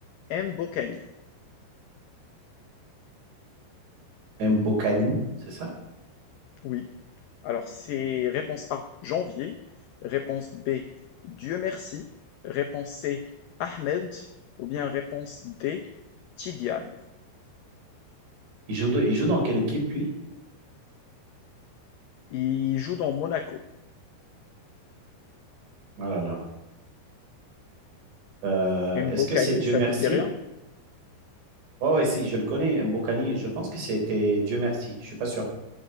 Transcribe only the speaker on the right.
Mbokani, c'est ça?
Il joue, de- il joue dans quelle équipe, lui?
Oh là là. Euh,
est-ce que c'est Dieu
merci?
Ouais ouais, si, je le connais, Mbokani. Je pense que c'était Dieu merci. Je suis pas sûr.